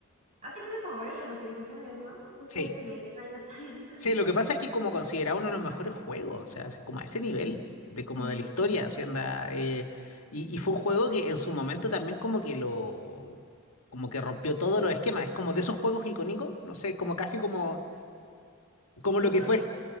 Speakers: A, on the right; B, on the left.
A: ha tenido como varias remasterizaciones, ¿no? Justo
B: sí
A: ese de Reign of Times. <laughs>
B: Sí, lo que pasa es que es como considerado uno de los mejores juegos, o sea, es como a ese nivel de como
A: Ujú.
B: de la historia, o sea, anda, eh, y, y fue un juego que en su momento también como que lo, como que rompió todos los esquemas, es como de esos juegos icónicos, no sé, como casi como, como
A: Como
B: lo
A: un
B: que
A: clásico.
B: fue,